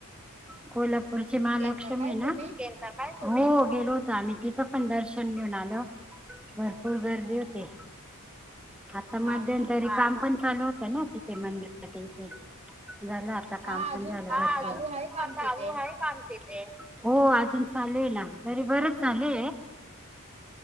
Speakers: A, in the centre; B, on the right.
A: कोल्हापूर कोल्हापूर ची महालक्ष्मी
B: गेलता काय
A: नाय
B: तुम्ही?
A: हो गेलो मी तिथं पण दर्शन घेऊन आलो भरपूर गर्दी होती आता मध्यंतरी
B: हा ना.
A: काम पण चालू होतं ना तिथे मंदिरा इथे झालं आता
B: हा
A: काम
B: अजून
A: पण झालं
B: का चालू आहे काम
A: चालू
B: तिथे.
A: आहे का हो अजून चालेू ना तरी बरच झाले